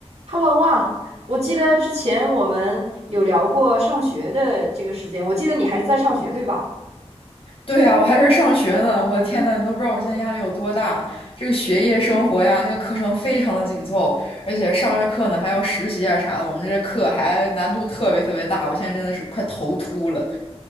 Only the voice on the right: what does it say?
Hello 啊，我记得之前我们有聊过上学的这个时间，我记得你还是在上学，对吧？